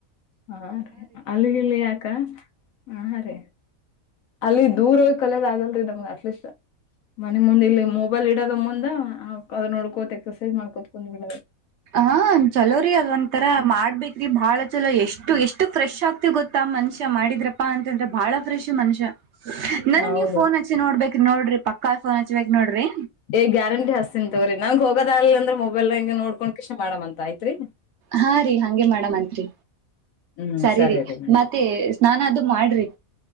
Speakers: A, on the left; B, on the right.
A: ಹಾ ರ ಅಲ್ಲಿಗಲ್ಲಿ ಯಾಕ ಹಾ ರೀ ಅಲ್ಲಿ ದೂರ ಹೋಗಿ ಕಲದ ಆಗಲ್ರಿ ನಮ ಅಟ್ಲೀಸ್ಟ್ ಮನೆ ಮುಂದೆ ಇಲ್ಲಿ ಮೊಬೈಲ್ ಇಡ ಮುಂದ ಅದದು ನೋಡ್ಕೋತ ಎಕ್ಸರ್ಸೈಸ್ ಮಾಡ್ಕೋತ ಕುಂದ್ ಬಿ
B: ಹ ಚಲೋ ರರಿ ಅದ ಒಂಂತರ ಮಾಡ್ಬೇಕೇರಿ ಬಾಳ ಚಲೋ ಎಷ್ಟು ಎಷ್ಟು ಫ್ರೆಶ್ ಆಗ್ತಿ ಗೊತ್ತ ಮನುಷ್ಯ ಮಾಡಿದ್ರಪ್ಪಾ ಅಂತಂದ್ರೆ ಬಹಳ ಫ್ರಶ್ ಮನುಷ್ಯ ನನ
A: ಹೌದು
B: ನೀ ಫೋನ್ ಹ ಚ್ಚಿ ನೋಡ್ಬೇಕೇರ ನೋಡ್ರಿ ಪಕ್ಕಾ ಫೋನ್ ಹಚ್ಬೇಕಕ್ ನೋಡ್ರಿ
A: ಏ ಗ್ಯಾರಂಟಿ ಹಸ್ತತಿನ್ ತಗ್ರರಿ ನಂಗ್ ಹೋಗದ ಅಲ್ಲ ಅಂದ್ರೆ ಮೊಬೈಲ್ ನ ಹಂಗೆ ನೋಡ್ಕೊಂಡ್ ಕಿಷ್ಟ ಮಾಡಮ ಅಂತ ಆಯ್ತ್ರಿ
B: ಹಾ ರೀ ಹಗೆ ಮಾಡ್ಂತ್ರಿ
A: ಹ್ಮ್
B: ಸರಿರಿ
A: ಸರಿ ರೀ ಮೇಡಮ್
B: ಮತ್ತೆ ಸ್ನಾನ ಅದು ಮಾಡ್ರಿ